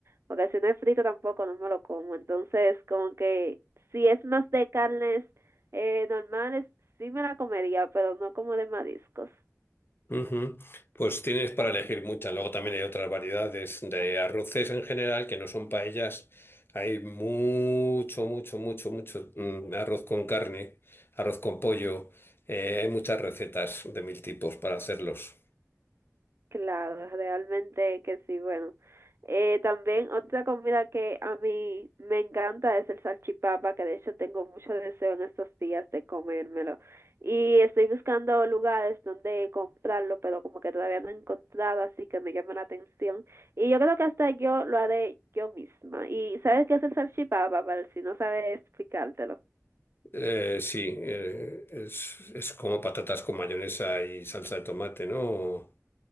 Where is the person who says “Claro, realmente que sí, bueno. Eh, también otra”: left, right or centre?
Right